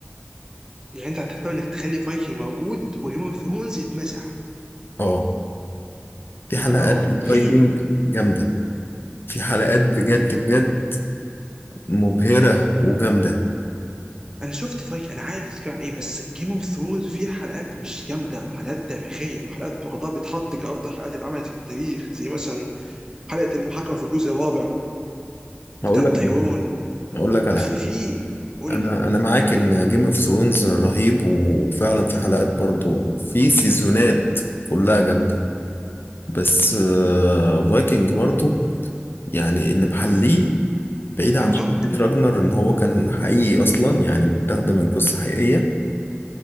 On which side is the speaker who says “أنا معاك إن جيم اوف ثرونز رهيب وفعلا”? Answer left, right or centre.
Left